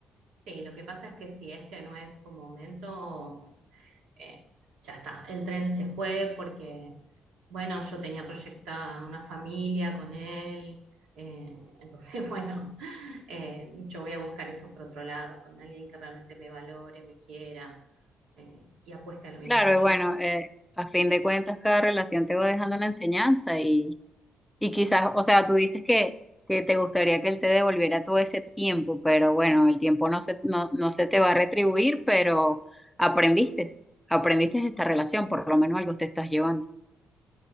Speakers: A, on the right; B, in the centre.
A: sí, lo que pasa es que si este no es su momento, eh, ya está, el tren se fue porque, bueno, yo tenía proyectada una familia con él, eh, entonces, <laughs> bueno, eh, yo voy a buscar eso por otro lado, con alguien que realmente me valore, me quiera eh, y apueste a lo mismo
B: Claro,
A: que yo.
B: y bueno, eh, a fin de cuentas cada relación te va dejando una enseñanza y Y quizás, o sea, tú dices que, que te gustaría que él te devolviera todo ese tiempo, pero bueno, el tiempo no se, no, no se te va a retribuir, pero aprendiste, aprendiste de esta relación, por lo menos algo te estás llevando.